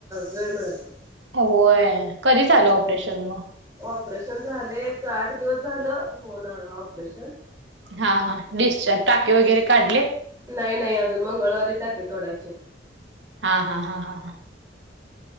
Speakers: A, on the right; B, on the right.
A: वेळ मिळत नाही.
B: होय, कधी झालं ऑपरेशन मग?
A: ऑपरेशन झालं, एक आठ दिवस झालं होऊन ऑपरेशन.
B: हा हा, डिस्चार्ज, टाके वगैरे काढले.
A: नाही नाही, अजून मंगळवारी टाके तोडायची.
B: हा हा हा हा,